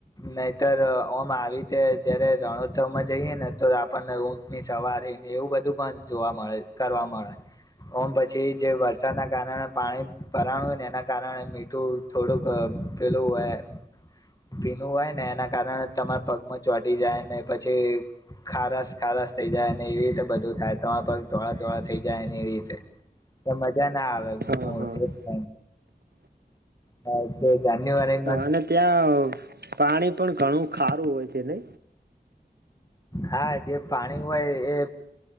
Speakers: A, on the left (about 20°); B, on the right (about 70°).
A: નહીતર ઓમ આવી રીતે જયારે રણોત્સવમાં જઈએ ને તો આપણને ઊંટની સવારીને એવું બધું પણ જોવા મળે કરવા મળે ઓમ પછી જે વરસાદના કારણે પાણી ભરાણું હોય ને એના કારણે મીઠું થોડુંક પીલું હોય ભીનું હોય ને એના કારણે તમારા પગમાં ચોટી જાય ને પછી ખારસ ખારસ થઈ જાય એવી રીતે બધું થાય તમાર પગ ધોળા ધોળા થઈ જાય ને એવી રીતે મજા ના આવે
B: હા
A: મળ
B: હા
A: એક ટ હ જાન્યવારી
B: અને ત્યાં પાણી પણ ઘણું ખારું હોય છે ને
A: હા જે પાણી હોય એ